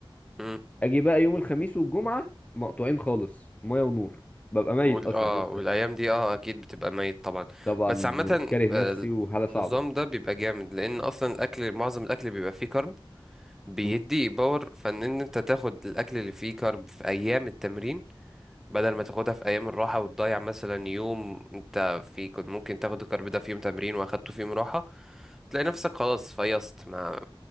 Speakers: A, in the centre; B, on the left.
A: امم
B: اجي بقى يوم الخميس والجمعه مقطوعين خالص ميه ونور ببقى ميت
A: وال
B: اصلا
A: اه
B: اليوم
A: والايام
B: ده
A: دي اه اكيد بتبقى ميت طبعا
B: طبعا
A: بس عامة
B: كاره نفسي
A: آه،
B: وحاله صعبه
A: النظام ده بيبقى جامد لان اصلا الاكل معظم الاكل بيبقى فيه كرب بيدي
B: مم.
A: باور فان انت تاخد الاكل اللي فيه كرب في ايام التمرين بدل ما تاخدها في ايام الراحه وتضيع مثلا يوم انت في كنت ممكن تاخد الكارب ده في يوم تمرين واخدته في يوم راحه تلاقي نفسك خلاص فيصت ما